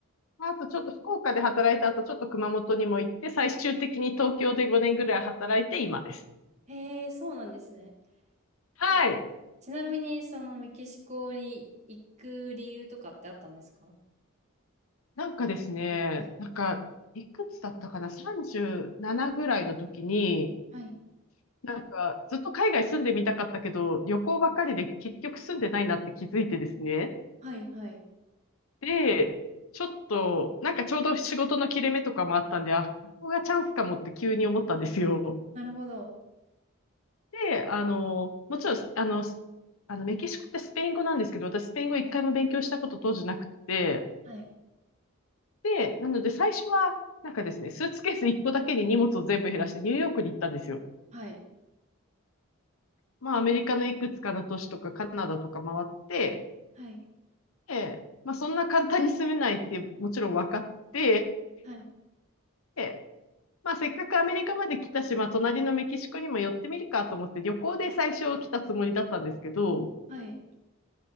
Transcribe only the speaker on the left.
あとちょっと福岡で働いた後、ちょっと熊本にも行って、最終的に東京で5年ぐらい働いて今です。
はい。
なんかですね、
なんか、いくつだったかな ?37 ぐらいの時に、
なんか、ずっと海外住んでみたかったけど、旅行ばっかりで結局住んでないなって気づいてですね。
で、ちょっと、なんかちょうど仕事の切れ目とかもあったんで、あ、ここがチャンスかもって急に思ったんですよ。
で、あの、もちろん、あの、スあのメキシコってスペイン語なんですけど、私スペイン語一回も勉強したこと当時なくて、
で、なので最初は、なんかですね、スーツケース1個だけに荷物を全部減らしてニューヨークに行ったんですよ。
まあ、アメリカのいくつかの都市とかカナダとか回って、
で、まあ、そんな簡単に住めないってもちろん分かって、
でまあ、せっかくアメリカまで来たし、まあ、隣のメキシコにも寄ってみるかと思って、旅行で最初来たつもりだったんですけど、